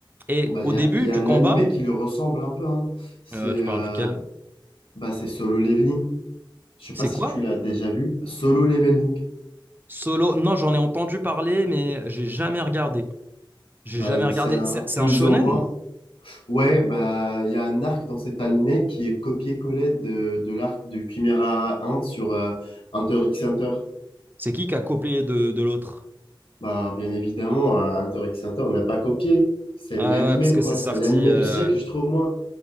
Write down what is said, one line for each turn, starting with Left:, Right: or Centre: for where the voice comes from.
Right: Et
Left: Bah,
Right: au
Left: il y
Right: début
Left: a, y a
Right: du
Left: un
Right: combat,
Left: animé qui lui ressemble un peu, hein. C'est
Right: euh,
Left: euh,
Right: tu parles duquel?
Left: bah, c'est Solo Leveling. Je sais pas
Right: C'est
Left: si
Right: quoi?
Left: tu l'as déjà vu. Solo Leveling.
Right: Solo? Non, j'en ai entendu parler, mais j'ai jamais regardé. J'ai
Left: Bah,
Right: jamais regardé.
Left: c'est un
Right: C'est c'est
Left: plus
Right: un shonen?
Left: ou moins. Ouais, bah il y a un arc dans cet animé qui est copié-collé de, de l'arc de Chimera Ant sur euh, Hunter x Hunter.
Right: C'est qui qui a copié de, de l'autre?
Left: Bah bien évidemment, euh, Hunter x Hunter n'a pas copié. C'est
Right: Ah
Left: l'animé
Right: ouais, parce que
Left: quoi,
Right: c'est sorti.
Left: c'est l'animé
Right: euh,
Left: du siècle, je trouve moi.